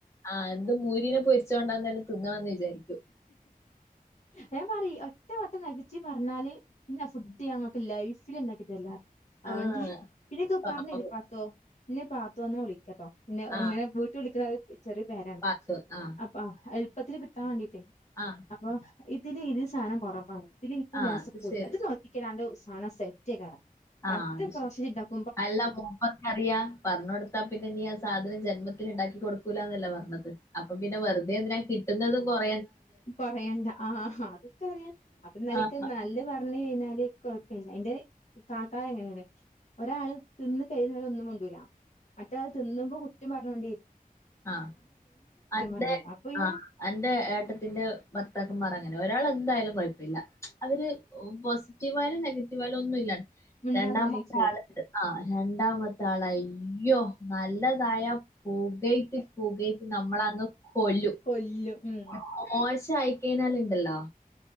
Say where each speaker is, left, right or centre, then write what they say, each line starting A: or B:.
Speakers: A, on the left (about 20°); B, on the left (about 50°).
A: ആ എന്ത് മൂരിനെ പൊരിച്ചോണ്ടന്ന്ല്ലെ തിുന്നണണംന്ന് വിചാരിക്കും
B: ഞാൻ പറ ഒറ്റ വട്ടം നെഗറ്റീവ് പറഞ്ഞാല് പിന്നെ ഫുഡ് ഞൻ ഇങ്ങക്ക് ലൈഫില് ഉണ്ടാക്കി തരില്ല അതോണ്ട്
A: ആ
B: പിന്നൊക്കെ
A: പാവം
B: പറഞ്ഞത പാത്തോ പിന്നെ പാത്തോ എന്നാ വിളിക്കട്ടോ പിന്നെ
A: ആ
B: ഇങ്ങനെ വീട്ട് വിളിക്കണ ചെറിയ പേരാണ്
A: പാത്തു ആ
B: അപ്പ എളുപ്പത്തിന് കിട്ടാൻ വേണ്ടീട്ടേ
A: ആ
B: അപ്പൊ ഇതില് ഇത് സാധനംകൂറവാണ് ഇതില് ഇത്
A: ആ
B: ലേസം
A: അത്
B: കൂട
A: ശരി
B: ഇത് നോക്കിക്കേ അന്റെ സധനം സെറ്റ് ആയിക്കാരം ഡത്ത
A: ആ അത്
B: പ
A: ശരി
B: <unintelligible>
A: അല്ല മൂപ്പർക്കറിയ പറഞ്ഞഞ് കൊടുത്താ പിന്നെ നീ ആ സാധനം ജന്മത്തി ഉണ്ടാക്കി കൊടുക്കൂന്നല്ല പറഞ്ഞത് അപ്പ പിന്നെ വെറുതെ എന്തിനാ കിട്ടുന്നതും കുറ
B: കൊറയണ്ട ആ അതൊക്കെ അറിയാം അപ്പ നിലക്ക്
A: ആഹ്
B: നല്ല പറഞ്ഞഞ് കഴിഞ്ഞാൽ കൊഴപ്പമില്ല എന്റെ കാകാര് അങ്ങനെണ് ഒരാള് തിന്ന് കഴിയുന്നവരെ ഒന്നും മുണ്ടൂല്ല മറ്റേ ആൾ തിന്നുമ്പോ കുറ്റം പറഞ്ഞോണ്ടി
A: ആഹ അന്റെ
B: പറയുള്ളൂ അപ്പൊ പിന്നെ
A: ആ അന്റെ ഏട്ടത്തിന്റെ ഭർത്താക്കന്മാർ അങ്ങനെ ഒരാൾ എന്തായാലും കുഴപ്പല്ല അവര് പോസിറ്റീവായാലും നെഗറ്റീവായാലും ഒന്നും ഇല്ല.
B: മിണ്ടാതെ
A: രണ്ടാമത്തെ
B: നിന്ന് ചോദിച്ചോളും
A: ആള് ആ രണ്ടാമത്തെ ആളായി യ്യോ നല്ലതായ പോകെ പുക് നമ്മളങ് കൊല്ലും
B: കൊല്ലും ഉം
A: <unintelligible> ചായിക്കനാലണ്ടല്ലോ.